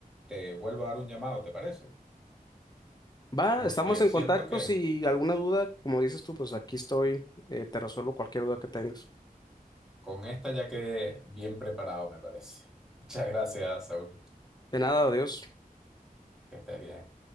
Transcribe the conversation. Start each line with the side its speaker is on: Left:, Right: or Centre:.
Centre: te vuelvo a dar un llamado, ¿te parece?
Left: Va,
Centre: Porque
Left: estamos en
Centre: siento
Left: contacto.
Centre: que
Left: Si alguna duda, como dices tú, pues aquí estoy, eh, te resuelvo cualquier duda que tengas.
Centre: Con esta ya quedé bien preparado, me parece. Muchas gracias, Saúl.
Left: De nada, adiós.
Centre: Que estés bien.